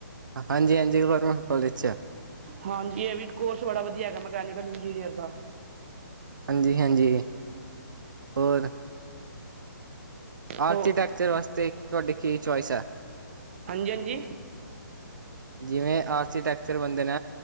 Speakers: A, on the right (about 75°); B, on the right (about 40°).
A: ਹਾਂਜੀ ਹਾਂਜੀ ਗੋਰਮੈਂਟ ਕੋਲੇਜ ਚ ਆ।
B: ਹਾਂਜੀ ਇਹ ਵੀ ਕੋਰਸ ਬੜਾ ਵਧੀਆ ਹੈਗਾ, ਮਕੈਨੀਕਲ ਇੰਜੀਨੀਅਰ ਦਾ।
A: ਹਾਂਜੀ, ਹਾਂਜੀ ਹੋਰ ਆਰਕੀਟੈਕਚਰ
B: ਹੋ
A: ਵਾਸਤੇ ਤੁਹਾਡੀ ਕੀ ਚੋਆਇਸ ਹੈ।
B: ਹਾਂਜੀ, ਹਾਂਜੀ
A: ਜਿਵੇਂ ਆਰਕੀਟੈਕਚਰ ਬੰਦੇ ਨੇ,